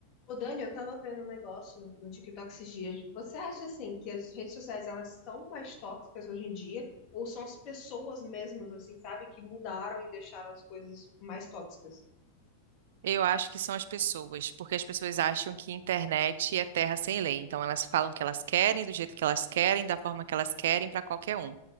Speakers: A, on the left; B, on the right.
A: Ô, Dani, eu tava vendo um negócio no TikTok esses dias. Você acha, assim, que as redes sociais, elas são mais tóxicas hoje em dia? Ou são as pessoas mesmas, assim, sabe? Que mudaram e deixaram as coisas mais tóxicas?
B: Eu acho que são as pessoas, porque as pessoas acham que internet é terra sem lei. Então, elas falam o que elas querem, do jeito que elas querem, da forma que elas querem, para qualquer um.